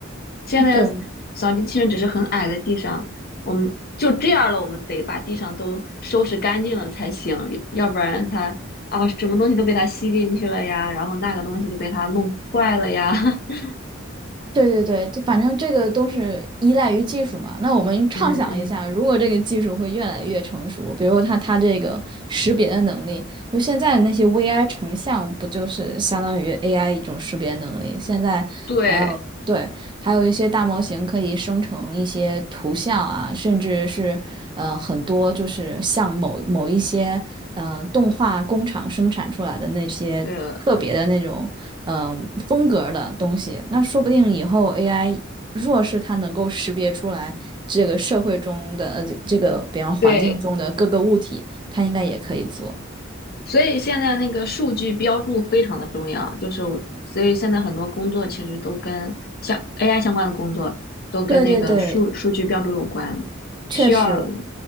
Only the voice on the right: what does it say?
嗯对，
对对对，就反正这个都是依赖于技术嘛。那我们畅想一下，
如果这个技术会越来越成熟，比如它它这个识别的能力，就现在的那些 VI 成像不就是相当于 AI 一种识别能力？现在还要对，
还有一些大模型可以生成一些图像啊，甚至是呃很多就是像某某一些呃动画工厂生产出来的那些特别的那种嗯、
呃风格的东西。那说不定以后 AI 若是它能够识别出来这个社会中的呃这这个比方环境中的各个物体，
它应该也可以做。
对对对，
确实。